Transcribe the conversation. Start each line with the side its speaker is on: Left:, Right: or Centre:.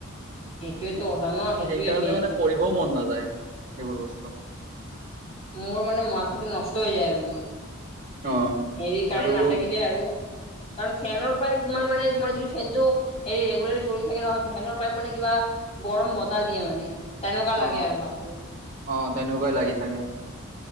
Left: সেইটয়েটো কথা ন সেইটোৱে
Right: সকাৰণে
Left: মেইন
Right: মানে পঢ়িবও মন নাযায় এইবোৰ বস্তু
Left: মোৰ মানে মাথাটো নষ্ট হৈ যায় আৰু মোৰ
Right: অ
Left: হেৰি কাৰেণ্ট
Right: আৰু
Left: নাথাকিলে আৰু কাৰণ ফেনৰ পৰাই তোমাৰ মানে তোমাৰ যদি ফেনটো হ লি থাকে নহয় ভেৰ পাইপ মানে কিবা গৰম বতাহ দিয়ে মানে। তেনেকুৱা
Right: অ
Left: লাগে আৰু ভাবছো
Right: অ তেনেকুৱাই লাগি থাকে।